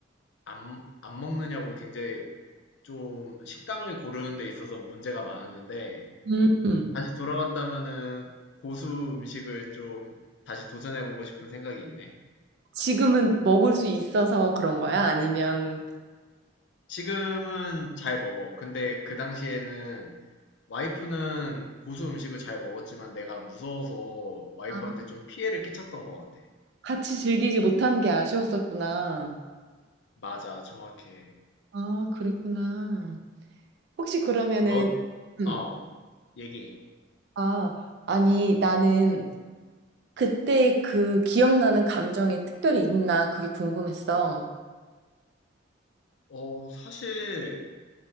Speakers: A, on the left; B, on the right.
A: 안, 안 먹느냐고 굉장히 좀 식당을 고르는 데 있어서 문제가 많았는데
B: 음,
A: 다시 돌아간다면은 고수 음식을 좀 다시 도전해보고 싶은 생각이 있네.
B: 지금은 먹을 수 있어서 그런 거야? 아니면
A: 지금은 잘 먹어. 근데 그 당시에는 와이프는 고수 음식을 잘 먹었지만 내가 무서워서 와이프한테
B: 아,
A: 좀 피해를 끼쳤던 것 같아.
B: 같이 즐기지 못한 게 아쉬웠었구나.
A: 맞아, 정확해.
B: 아, 그랬구나. 혹시 그러면은,
A: 넌,
B: 음,
A: 어, 얘기해.
B: 아, 아니, 나는 그때 그 기억나는 감정이 특별히 있나 그게 궁금했어.
A: 어, 사실